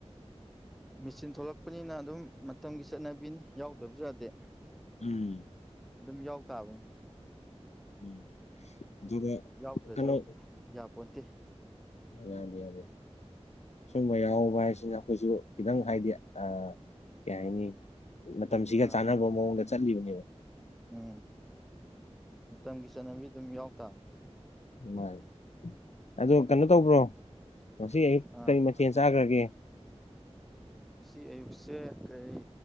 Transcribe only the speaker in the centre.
ꯃꯦꯆꯤꯟ ꯊꯣꯛꯂꯛꯄꯅꯤꯅ ꯑꯗꯨꯝ ꯃꯇꯝꯒꯤ ꯆꯠꯅꯕꯤꯅꯤ ꯌꯥꯎꯗꯕꯁꯨ ꯌꯥꯗꯦ
ꯑꯗꯨꯝ ꯌꯥꯎ ꯇꯥꯕꯅꯤ
ꯌꯥꯎꯗ꯭ꯔꯁꯨ
ꯌꯥꯄꯣꯟꯠꯇꯦ
ꯑꯥ
ꯎꯝ ꯃꯇꯝꯒꯤ ꯆꯠꯅꯕꯤ ꯑꯗꯨꯝ ꯌꯥꯎ ꯇꯥꯕꯅꯤ
ꯑꯥ
ꯉꯥꯁꯤ ꯑꯌꯨꯛꯁꯦ ꯀꯔꯤ